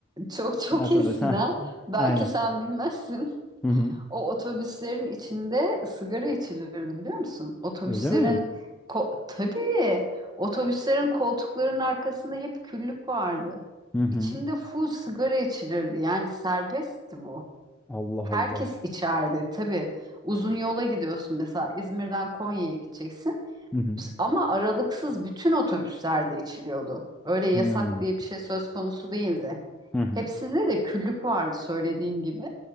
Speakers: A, on the right; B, in the centre.
A: Çok çok
B: Mercedes
A: eskiden.
B: ha.
A: Belki
B: Aynen.
A: sen bilmezsin.
B: Hı hı.
A: O otobüslerin içinde sigara içilirdi biliyor musun? Otobüslerin
B: Öyle mi?
A: ko- tabii otobüslerin koltuklarının arkasında hep küllük vardı.
B: Hı hı.
A: İçinde full sigara içilirdi. Yani serbestti bu.
B: Allah
A: Herkes
B: Allah.
A: içerdi tabii. Uzun yola gidiyorsun mesela İzmir'den Konya'ya gideceksin.
B: Hı hı.
A: Ama aralıksız bütün otobüslerde içiliyordu. Öyle yasak
B: Hı
A: diye bir şey söz konusu değildi.
B: hı.
A: Hepsinde de küllük vardı söylediğim gibi.